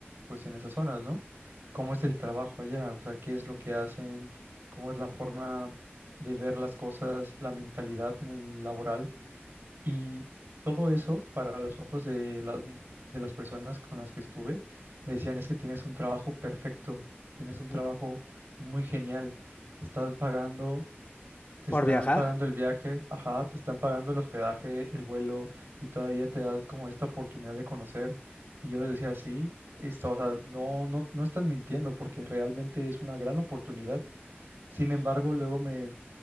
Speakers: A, on the right; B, on the left.
A: pues en esas zonas, ¿no? ¿Cómo es el trabajo allá? O sea, ¿qué es lo que hacen? ¿Cómo es la forma de ver las cosas, la mentalidad en el laboral? Y todo eso para los ojos de las, de las personas con las que estuve, me decían, es que tienes un trabajo perfecto, tienes un
B: Ujú.
A: trabajo muy genial, te estás pagando te
B: Por
A: están
B: viajar,
A: pagando el viaje, ajá, te están pagando el hospedaje, el vuelo y todavía te das como esta oportunidad de conocer. Y yo les decía, sí, esto, o sea, no, no, no están mintiendo porque realmente es una gran oportunidad. Sin embargo, luego me,